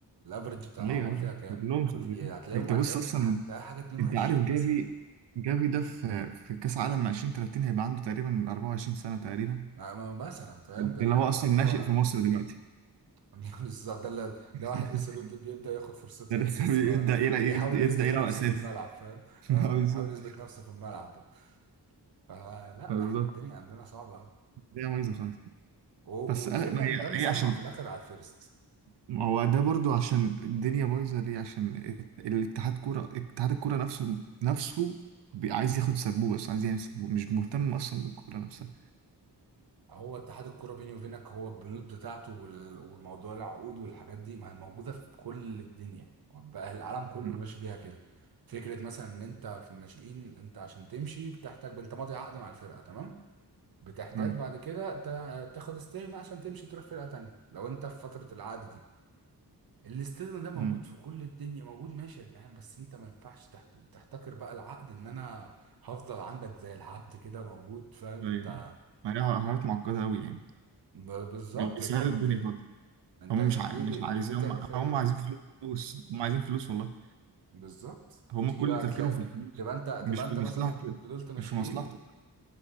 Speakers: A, on the right; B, on the right.
A: الافرج بتاع
B: أيوة
A: الاعمار
B: أيوة
A: فيها كام
B: كلهم صغيرين
A: ما في هتلاقيهم
B: أنت
A: هتلاقيهم
B: بص أصلا
A: هتلاقي حاجة 22
B: أنت عارف جافي
A: مثلا
B: جافي ده في في كأس عالم 2030 هيبقى عنده تقريبا 24 سنة تقريبا
A: ما ما مثلا فاهم
B: ده
A: ده
B: اللي
A: ده
B: هو
A: اللي
B: اصلا
A: هو
B: ناشئ في مصر دلوقتي
A: <laughs> بالظبط ده اللي
B: <laughs>
A: ده واحد لسه بيبدأ بيبدأ ياخد فرصته
B: ده لسه
A: يعني لسه
B: بيبدا
A: بقى
B: يلعب
A: بيحاول
B: يبدا يبدأ
A: يثبت
B: يلعب
A: نفسه
B: اساسي
A: في الملعب فاهم
B: <laughs>
A: اه
B: ما هو بالظبط
A: بيحاول يثبت نفسه في الملعب بقى فلا
B: بالظبط
A: احنا الدنيا عندنا صعبة أوي
B: <laughs> الدنيا بايظه خالص
A: و-
B: بس
A: والفكرة
B: أ- ما هي
A: ان ده مسمع
B: هي عشان
A: في الاخر على الفيرست
B: ما هو ده برضو عشان الدنيا بايظه ليه عشان الات- الاتحاد كوره اتحاد الكوره نفسه نفسه بي- عايز ياخد سبوبه بس عايز يعمل سبوبه مش مهتم اصلا بالكوره نفسها
A: هو اتحاد الكرة بيني وبينك هو البنود بتاعته وال- والموضوع العقود والحاجات دي ما هي موجودة في كل الدنيا بقى العالم كله
B: م.
A: ماشي بيها كده فكرة مثلا ان انت في الناشئين انت عشان تمشي بتحتاج انت ماضي عقد مع الفرقة تمام بتحتاج
B: ايوه
A: بعد كده تا- تاخد استغنى عشان تمشي تروح فرقة تانية لو انت في فترة العقد دي الاستغنى ده موجود
B: م.
A: في كل الدنيا موجود ماشي يا جدعان بس انت ما ينفعش تحت... تحتكر بقى العقد ان انا هفضل عندك زي العبد كده موجود فاهم
B: ايوه
A: انت
B: ما هي حاجات معقده قوي يعني
A: ب- بالظبط
B: مش بيساعد
A: انت انت
B: الدنيا خالص
A: انت
B: هم
A: ليه
B: مش عاي... مش
A: ليه,
B: عايزين
A: ليه تعمل
B: هم
A: فيها
B: هم
A: كده
B: عايزين فلوس هم عايزين فلوس والله
A: بالظبط
B: هم
A: وتيجي
B: كل
A: بقى
B: تفكيرهم
A: تلاقي
B: في الفلوس
A: تبقى انت
B: مش
A: تبقى
B: في
A: انت مثلا
B: مصلحتك
A: فضلت ماشيين
B: مش في مصلحتك